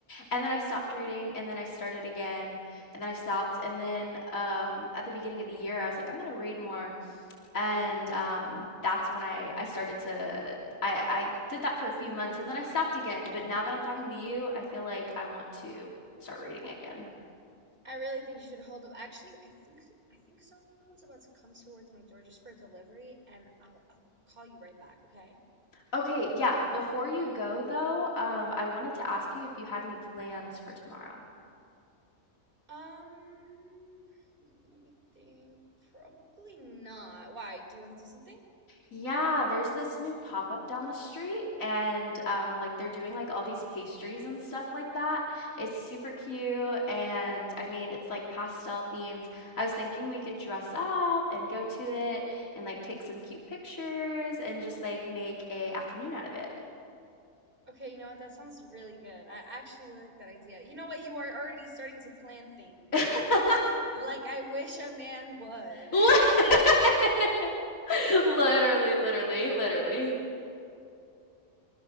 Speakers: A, on the left; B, on the right.
A: And then I stopped reading and then I started again and then I stopped. And then um, at the beginning of the year, I was like, I'm gonna read more. and um, that's when I I started to I I did that for a few months and then I stopped again. But now that I'm talking to you, I feel like I want to start reading again.
B: I really think you should hold up. Actually, I think I think someone's about to come towards my door just for a delivery, and I'll I'll call you right back, okay?
A: Okay, yeah. Before you go though, um, I wanted to ask you if you had any plans for tomorrow.
B: Um, let me think. Probably not. Why? Do you want to do something?
A: Yeah, there's this new pop-up down the street and um like they're doing like all these pastries and stuff like that. It's super cute and I mean it's like pastel themed. I was thinking we could dress up and go to it and like take some cute pictures and just like make a afternoon out of it.
B: Okay, you know what? That sounds really good. I actually really like that idea. You know what? You are already starting to plan things.
A: <laughs>
B: Like I wish a man would.
A: Lit-
B: <laughs>
A: <laughs> Literally, literally, literally.